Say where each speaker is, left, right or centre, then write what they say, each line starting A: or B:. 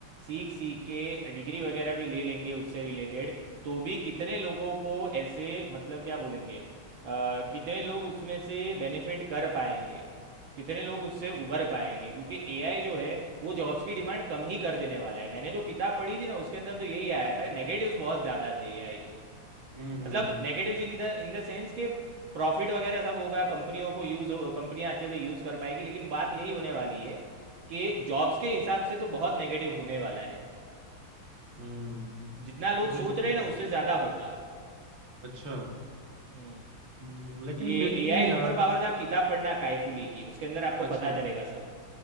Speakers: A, on the right (about 65°); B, on the right (about 45°).
A: सीख सीख के डिग्री वगैरह भी ले लेंगे उससे रिलेटेड तो भी कितने लोगों को ऐसे मतलब क्या बोलेंगे अ, कितने लोग उसमें से बेनिफिट कर पाएंगे कितने लोग उससे उभर पाएंगे क्योंकि एआई जो है वो जॉब्स की डिमांड कम ही कर देने वाला है मैंने जो किताब पढ़ी थी ना उसके अंदर तो यही आया था नेगेटिव्स बहुत ज़्यादा थे एआई के
B: हम्म
A: मतलब
B: हम्म
A: नेगेटिव्स इन द इन द सेंस के प्रॉफिट वगैरह सब होगा कंपनियों को यूज हो कंपनियां अच्छे से यूज कर पाएगी लेकिन बात यही होने वाली है कि जॉब्स के हिसाब से तो बहुत नेगेटिव होने वाला है
B: हम्म,
A: जितना लोग सोच
B: बिल्कुल
A: रहे हैं ना उससे ज़्यादा होगा
B: अच्छा
A: हम्म
B: हम्म, लेकिन
A: ये
B: फिर
A: एआई
B: भी
A: सुपर
B: यार
A: पावर्स आप किताब पढ़ना कायफुली की उसके अंदर आपको
B: अच्छा
A: पता चलेगा सब